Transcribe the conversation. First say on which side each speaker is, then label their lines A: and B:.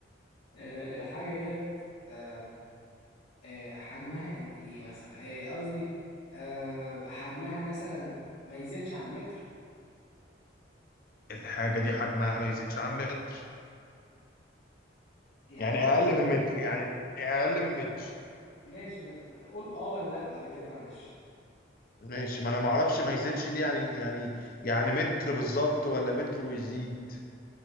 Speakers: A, on the left; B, on the left.
A: آه الحاجة ديت آه آه حجمها قد ايه مثلا آه، قصدي آه حجمها مثلا ما يزيدش عن متر
B: الحاجة دي حجمها ما يزيدش عن متر
A: يعني
B: يعني
A: اه ولا
B: اقل
A: لا
B: من متر يعني اقل من متر
A: ماشي ما ت- ما- قول اه ولا لا بعد كده معلش
B: ماشي ما انا ما اعرفش ما يزيدش دي يعني يعني يعني متر بالظبط ولا متر ويزيد